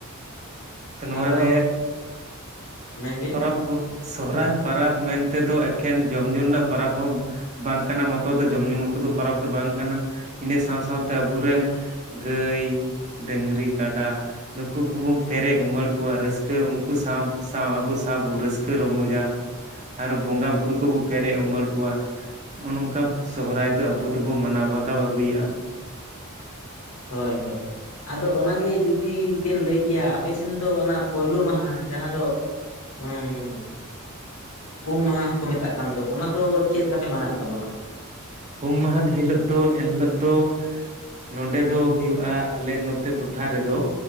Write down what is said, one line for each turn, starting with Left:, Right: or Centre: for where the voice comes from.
Right: ᱛᱚ ᱱᱚᱣᱟᱨᱮ
Left: ᱟᱫᱚ ᱢᱮᱱ ᱵᱤᱱ?
Right: ᱟᱵᱚ ᱥᱚᱦᱨᱟᱭ ᱯᱟᱨᱟᱵᱽ ᱢᱮᱱ ᱛᱮ ᱫᱚ, ᱮᱠᱷᱮᱱ ᱡᱚᱢ ᱧᱩ ᱨᱮᱱᱟ-ᱜ ᱯᱟᱨᱟᱵᱽ ᱦᱚᱸ ᱵᱟᱝ ᱠᱟᱱᱟ ᱢᱚᱛᱚ ᱫᱚ, ᱡᱚᱢᱼ ᱧᱩ ᱢᱚᱛᱚ ᱫᱚ ᱯᱚᱨᱚᱵᱽ ᱫᱚ ᱵᱟᱝ ᱠᱟᱱᱟ᱾ ᱤᱱᱟᱹ ᱥᱟᱶ ᱥᱟᱶᱛᱮ ᱟᱵᱚᱨᱮᱱ ᱜᱟᱹᱭ - ᱰᱟᱹᱜᱽᱨᱤ- ᱠᱟᱰᱟ ᱱᱩᱠᱩ ᱠᱩᱵᱩᱱ ᱯᱮᱨᱮᱡ ᱩᱢᱟᱹᱲ ᱠᱚᱣᱟ᱾ ᱨᱟᱹᱥᱠᱟᱹ ᱩᱱᱠᱩ ᱥᱟᱶ - ᱥᱟᱶ ᱟᱵᱚ ᱥᱟᱶ ᱵᱚ ᱨᱟᱹᱥᱠᱟᱹ ᱨᱚᱢᱚᱡᱟ᱾ ᱟᱨᱚ ᱵᱚᱸᱜᱟ ᱵᱩᱨᱩ ᱠᱚ-ᱵᱚ ᱯᱮᱨᱮᱡ ᱩᱢᱟᱹᱲ ᱠᱚᱣᱟ᱾ ᱱᱚᱜᱼᱚ ᱱᱚᱝᱠᱟ ᱥᱚᱦᱨᱟᱭ ᱫᱚ ᱟᱵᱚ ᱫᱚᱵᱚᱱ, ᱢᱟᱱᱟᱣ ᱵᱟᱛᱟᱣ ᱟᱹᱜᱩᱭᱮᱼᱟ᱾
Left: ᱦᱳᱭ - ᱦᱳᱭ ᱟᱫᱚ ᱚᱱᱟᱜᱮ ᱡᱩᱫᱤ ᱵᱮᱱ ᱞᱟᱹᱭ ᱠᱮᱭᱟ᱾ ᱟᱯᱮ ᱥᱮᱱ ᱫᱚ ᱚᱱᱟ ᱯᱳᱭᱞᱳ ᱢᱟᱦᱟᱸ ᱡᱟᱦᱟᱸ ᱫᱚ᱾ ᱦᱩᱸ ᱩᱢ ᱢᱟᱦᱟ ᱠᱚ ᱢᱮᱛᱟᱜ ᱠᱟᱱ ᱫᱚ᱾ ᱚᱱᱟ ᱫᱚ ᱪᱮᱫ ᱞᱮᱠᱟ ᱯᱮ ᱢᱟᱱᱟᱣᱮᱫ ᱛᱟᱵᱚᱱᱟ᱾
Right: ᱩᱢ ᱢᱟᱦᱟ ᱦᱤᱞᱳ-ᱜ ᱫᱚ᱾ ᱮᱱ ᱦᱤᱞᱳᱜ ᱫᱚ᱾ ᱱᱚᱸᱰᱮ ᱫᱚ ᱦᱩᱭᱩᱜᱼᱟ᱾ ᱟᱞᱮ ᱱᱚᱛᱮ ᱴᱚᱴᱷᱽᱟ ᱨᱮᱫᱚ᱾